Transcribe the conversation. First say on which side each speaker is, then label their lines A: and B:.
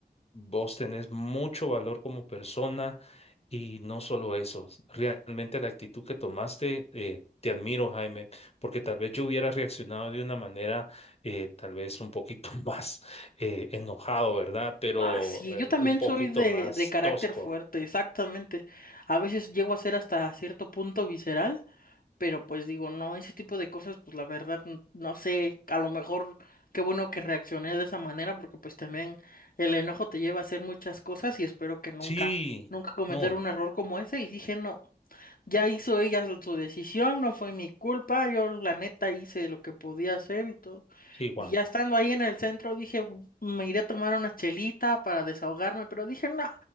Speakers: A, on the left; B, on the left.
A: vos tenés mucho valor como persona y no solo eso, realmente la actitud que tomaste, eh, te admiro, Jaime, porque tal vez yo hubiera reaccionado de una manera eh, tal vez un poquito <laughs> más eh, enojado, ¿verdad? Pero
B: Ah, sí,
A: eh,
B: yo también
A: un poquito
B: soy de,
A: más
B: de carácter
A: tosco.
B: fuerte, exactamente. A veces llego a ser hasta cierto punto visceral. pero pues digo, no, ese tipo de cosas, pues la verdad, n- no sé, a lo mejor qué bueno que reaccioné de esa manera, porque pues también el enojo te lleva a hacer muchas cosas y espero que nunca,
A: Sí,
B: nunca cometer
A: no,
B: un error como ese. Y dije, no, ya hizo ella su su decisión, no fue mi culpa, yo la neta hice lo que podía hacer y todo.
A: sí, Juan.
B: Y ya estando ahí en el centro dije, me iré a tomar una chelita para desahogarme, pero dije, no,